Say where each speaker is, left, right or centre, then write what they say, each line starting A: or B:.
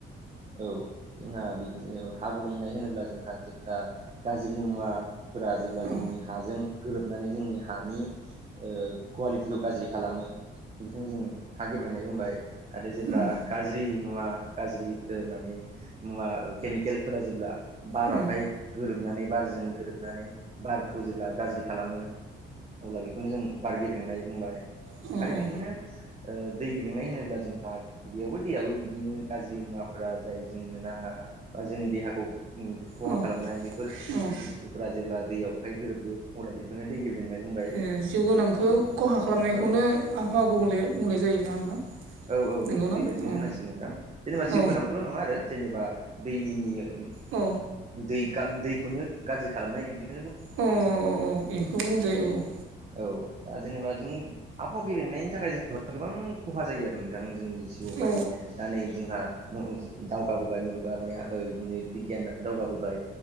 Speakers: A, on the right; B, on the right.
A: औ जोंहा बि जेनेबा हा गुबुंनाय होनोब्ला जोंहा जेब्ला गाज्रि मुवाफोरा जेब्ला
B: औ
A: जोंनि हाजों गोरोबनानै जोंनि हानि ओ कवालिटिखौ गाज्रि खालामो। बेखौनो जों हा गेब्रेंनाय बुंबाय आरो जेब्ला
B: उम
A: गाज्रि मुवा गाज्रि ओ माने मुवा ओ केमिकेलफोरा जेब्ला बारावहाय
B: उम
A: गोरोबनानै बारजों गोरोबनानै बारखौ जेब्ला गाज्रि खालामो अब्ला बेखौनो जों बार गेब्रेंनाय बुंबाय।
B: औ औ
A: आरो बिदिनो
B: औ
A: ओ दै गेबेंनाय होनोब्ला जोंहा बेयावबो दैयाबो बिदिनो गाज्रि मुवाफोरा जाय जोंनो नाङा बा ओ-जोंनि देहाखौ उम खहा
B: औ
A: खालामनाय बेफोर
B: औ
A: बुस्थुफ्रा जेब्ला दैयावहाय गोरोबदो अब्ला बेखौनो दै गेब्रेंनाय बुंबाय।
B: ओ जिउ गोनांखौ
A: बिदि
B: खहा खालामनायखौनो
A: औ
B: आबहावा गुबुंले बुंनाय जायो नङा होमबा?
A: औ औ
B: नंगौना
A: नंगौ बेबायदिनो
B: औ
A: होनांसिगोन नोंदां। जेनेबा
B: औ
A: जिउ गोनांखौल' नङा आरो जेनेबा दैनि उम
B: अ
A: दै गान दैखौनो गाज्रि खालामनाय बिदि
B: अ अ अ इखौ बुंजायो औ।
A: औ दा जेनेबा जों आबहावा गेबेंनायनि थाखाय जेबा गोबां खहा जायो आरो नोंथां जोंनि जिउआवहाय
B: औ
A: दा नै जोंहा मुहुन दावगाबोबाय मुलुगा माने आ ओय इदिनो बिगियान दावगाबोबाय